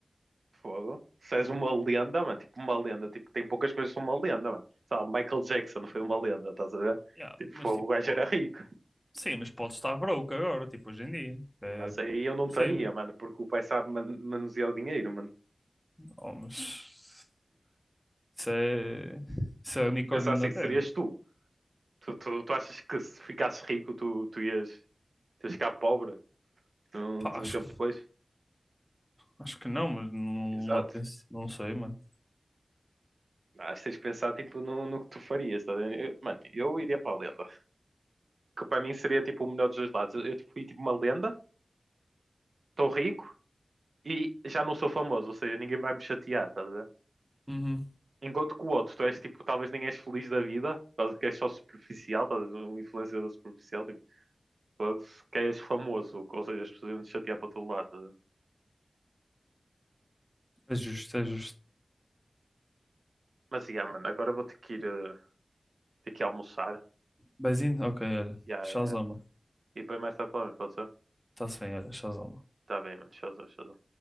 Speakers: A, on the right; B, in the centre.
A: Fogo. Se és uma lenda, mano, tipo uma lenda, tipo, tem poucas coisas que são uma lenda, mano. Sabe, Michael Jackson foi uma lenda, estás a ver?
B: Yeah,
A: Tipo,
B: mas
A: fogo,
B: tipo,
A: o gajo era
B: ó,
A: rico.
B: Sim, mas pode estar broke agora, tipo hoje em dia. É
A: Mas aí eu não estaria,
B: possível.
A: mano, porque o pai sabe man- manusear o dinheiro, mano.
B: Oh, mas isso é, isso é unicórnio
A: Pensa
B: na
A: assim,
B: Terra.
A: serias tu. Tu, tu, tu achas que se ficasses rico, tu, tu ias, tu ias ficar pobre um,
B: Pá, acho,
A: um tempo depois?
B: acho que não, mas não,
A: Exato.
B: não dá para isso. Não sei, mano.
A: Mas tens de pensar, tipo, no, no que tu farias, tá a Eu- Mano, eu iria para a lenda. Que para mim seria, tipo, o melhor dos dois lados. Eu, eu tipo, fui, tipo, uma lenda, estou rico, E já não sou famoso, ou seja, ninguém vai me chatear, estás a ver?
B: Uhum.
A: Enquanto que o outro, tu és tipo, talvez nem és feliz da vida, por causa que és só superficial, estás a ver? Um influenciador superficial, tipo, fogo, que és famoso, ou seja, as pessoas iam te chatear para todo lado, estás a ver?
B: É justo, é justo.
A: Mas, yeah, mano, agora vou ter que ir, eh, ter que ir almoçar,
B: Beijinho? Ok, olha.
A: yeah,
B: Shazama.
A: yeah. yeah. e depois mais tarde falamos, pode ser?
B: Está-se bem, olha. Shazama.
A: Tá bem, mano, tchauzão, tchauzão.